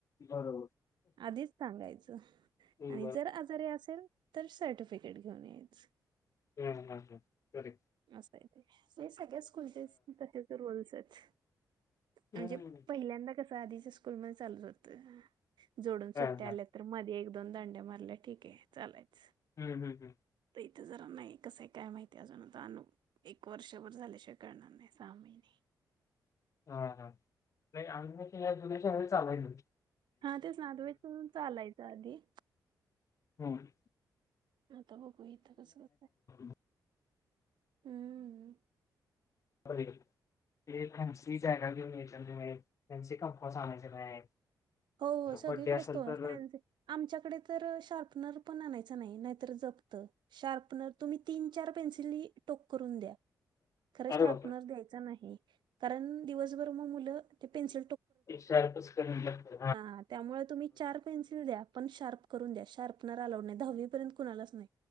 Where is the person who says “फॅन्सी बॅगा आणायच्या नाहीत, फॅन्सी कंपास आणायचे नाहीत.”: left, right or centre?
Left